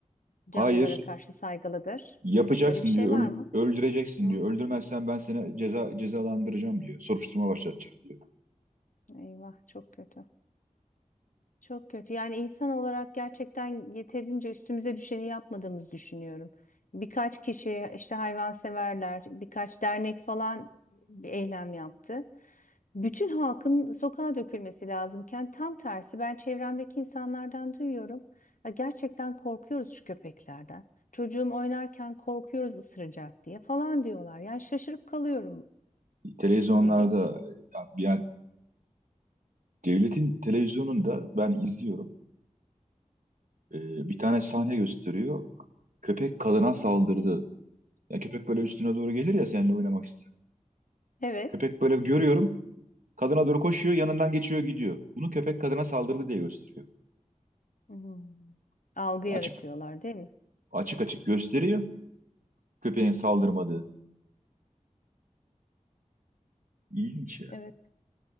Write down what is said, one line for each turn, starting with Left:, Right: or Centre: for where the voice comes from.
Left: canlılara
Right: Hayır,
Left: karşı saygılıdır.
Right: yapacaksın
Left: Öyle bir şey
Right: diyor.
Left: var
Right: öl-
Left: mı?
Right: öldüreceksin
Left: Hmm,
Right: diyor. Öldürmezsen ben seni ceza cezalandıracağım diyor. Soruşturma başlatacağım diyor.
Left: eyvah çok kötü. Çok kötü. Yani insan olarak gerçekten yeterince üstümüze düşeni yapmadığımızı düşünüyorum. Birkaç kişi işte hayvanseverler, birkaç dernek falan bir eylem yaptı. Bütün halkın sokağa dökülmesi lazımken tam tersi ben çevremdeki insanlardan duyuyorum. Ya gerçekten korkuyoruz şu köpeklerden. Çocuğum oynarken korkuyoruz ısıracak diye falan diyorlar. Yani şaşırıp kalıyorum.
Right: Televizyonlarda
Left: Çok ilginç.
Right: ya- yani devletin televizyonunda ben izliyorum. Ee, bir tane sahne gösteriyor. Köpek kadına saldırdı. Ya köpek böyle üstüne doğru gelir ya seninle oynamak ister.
Left: Evet.
Right: Köpek böyle görüyorum. Kadına doğru koşuyor, yanından geçiyor, gidiyor. Bunu köpek kadına saldırdı diye gösteriyor.
Left: Hmm. Algı yaratıyorlar,
Right: Açık
Left: değil mi?
Right: Açık açık gösteriyor köpeğin saldırmadığı. İlginç ya.
Left: Evet.